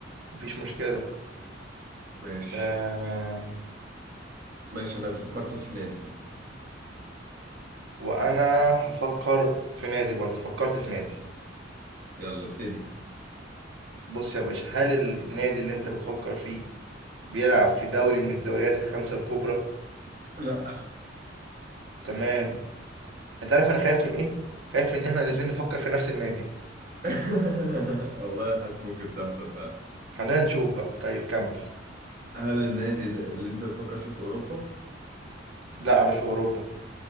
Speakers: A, on the right; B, on the right.
A: مفيش مشكله
B: ماشي
A: آه...
B: ماشي أنا فكرت في نادي
A: وانا هفكر في نادي برضه فكرت في نادي
B: يلا ابتدي
A: بص يا باشا هل النادي اللي انت بتفكر فيه بيلعب في دوري من الدوريات الخمسه الكبرى
B: لا
A: تمام انت عارف انا خايف من ايه خايف من ان احنا الاتنين نفكر في نفس النادي
B: <laughs> والله حاسس ممكن تحصل فعلا
A: خلينا نشوف بقى طيب كمل
B: هل النادي ده اللي انت بتفكر فيه في اوروبا؟
A: لا مش في اوروبا